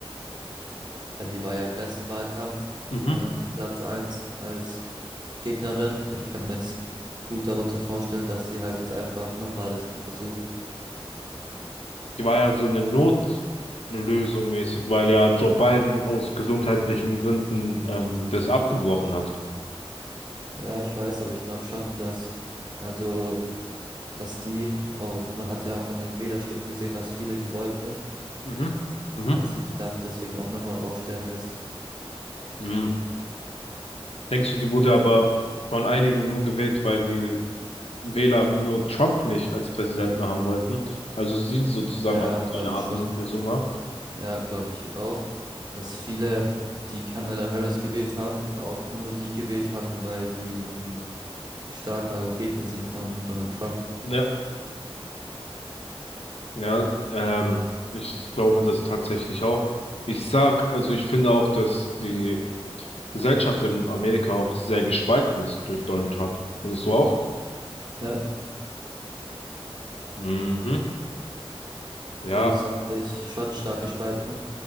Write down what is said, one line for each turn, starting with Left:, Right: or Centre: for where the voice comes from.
Right: Ja, die war ja im letzten Wahlkampf
Left: Mhm.
Right: ähm, Platz eins als Gegnerin. Ich kann mir jetzt gut darunter vorstellen, dass sie halt jetzt einfach nochmal es versucht.
Left: Die war ja so eine Notlösung mäßig, weil ja Joe Biden aus gesundheitlichen Gründen ähm, das abgebrochen hat.
Right: Ja, ich weiß, aber ich glaube schon, dass, also, dass die, oh, man hat ja auch an den Wählerstimmen gesehen, dass viele die wollten, ne?
Left: Mhm. Mhm.
Right: dass sie sich dann deswegen auch nochmal aufstellen lässt.
Left: Mhm. Denkst du, die wurde aber von einigen nur gewählt, weil die Wähler nur Trump nicht als Präsidenten haben wollten. Also sie sozusagen
Right: Ja,
Left: auch
Right: glaube
Left: so eine Art
Right: ich schon.
Left: Notlösung war.
Right: Ja, glaube ich auch, dass viele, die Kamala Harris gewählt haben, auch nur die gewählt haben, weil die ein starker Gegner sind von Donald Trump.
Left: Ja, ja, ähm, ich glaube das tatsächlich auch. Ich sag, also ich finde auch, dass die Gesellschaft in Amerika auch sehr gespalten ist durch Donald Trump. Findest du auch?
Right: Ja,
Left: Mhm. Ja,
Right: also es ist eigentlich schon stark gespalten. ne?